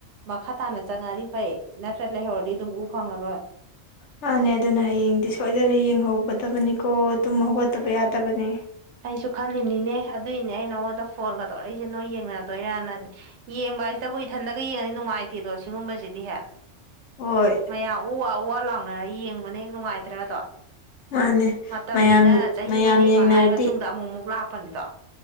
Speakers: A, on the right (about 70°); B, on the left (about 70°).
A: ꯃꯈꯥ ꯇꯥꯅ ꯆꯪꯉꯛꯑꯗꯤ ꯐꯩ ꯅꯠꯇ꯭ꯔ ꯂꯩꯍꯧꯔꯗꯤ ꯑꯗꯨꯝ ꯎ ꯐꯪꯉꯔꯣꯏ
B: ꯃꯥꯅꯦ ꯑꯗꯨꯅ ꯍꯌꯦꯡꯗꯤ ꯁꯣꯏꯗꯅ ꯌꯦꯡꯍꯧꯒꯗꯕꯅꯤꯀꯣ ꯑꯗꯨꯝ ꯍꯧꯒꯠꯇꯕ ꯌꯥꯗꯕꯅꯦ
A: ꯑꯩꯁꯨ ꯈꯜꯂꯤꯅꯤꯅꯦ ꯑꯗꯨꯏꯅꯦ ꯑꯩ ꯅꯉꯣꯟꯗ ꯐꯣꯟꯒꯗꯧꯔꯛꯏꯁꯦ ꯅꯣꯏ ꯌꯦꯡꯅꯗꯣꯏꯔꯅꯕ ꯁꯤꯗꯕꯨ ꯏꯊꯟꯗꯒ ꯌꯦꯡꯉꯅꯤ ꯅꯨꯡꯉꯥꯏꯇꯦꯗꯣ ꯁꯤꯒꯨꯝꯕꯁꯤꯗꯤ ꯍꯦ
B: ꯍꯣꯏ
A: ꯃꯌꯥꯝ ꯎ ꯋꯥ ꯎ ꯋꯥ ꯂꯥꯎꯅꯔ ꯌꯦꯡꯕꯅꯦ ꯍꯦꯛ ꯅꯨꯡꯉꯥꯏꯇ꯭ꯔꯗꯣ
B: ꯃꯥꯅꯦ
A: ꯃꯇꯝꯅꯤꯅ
B: ꯃꯌꯥꯝ
A: ꯆꯍꯤ
B: ꯃꯌꯥꯝ
A: ꯃꯔꯤ
B: ꯌꯦꯡꯅꯔꯗꯤ
A: ꯃꯉꯥꯒꯤ ꯃꯇꯨꯡꯗ ꯑꯃꯨꯛꯃꯨꯛ ꯂꯥꯛꯄꯅꯤꯗꯣ